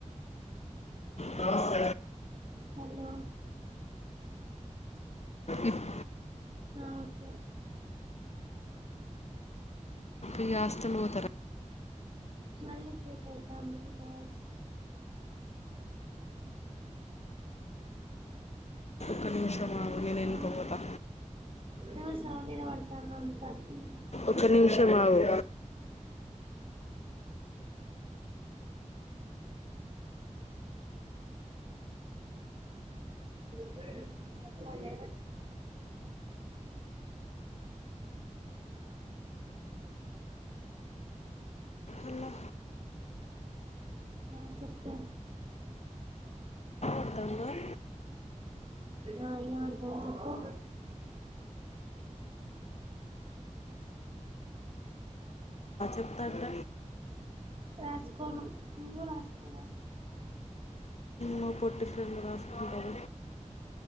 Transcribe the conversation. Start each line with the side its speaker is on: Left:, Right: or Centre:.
Left: టాస్
Right: హలో
Left: ఇఫ్
Right: ఒకే.
Left: ఇగ హాస్టల్ వోతరా?
Right: మళ్ళీ <unintelligible> వాయిస్
Left: ఒక నిమిషం షం ఆగు
Right: ఏమో
Left: నేను
Right: సౌండ్
Left: ఏనుకకుపోతా
Right: ఏమో సౌండ్ వినబడుతుంది అంతా మ్మ్.
Left: ఒక నిమిషం ఆగు.
Right: <inaudible> సౌండ్ <inaudible>
Left: అలా
Right: ఆ చెప్పే
Left: అర్థంగా
Right: ఆ ఇన వడ్తంది చెప్పు.
Left: ఎంతంట.
Right: రాసుకోను నువ్వు రాసుకోవా.
Left: మా పొట్టి ఫ్రెండ్ రాసుకుంట <inaudible>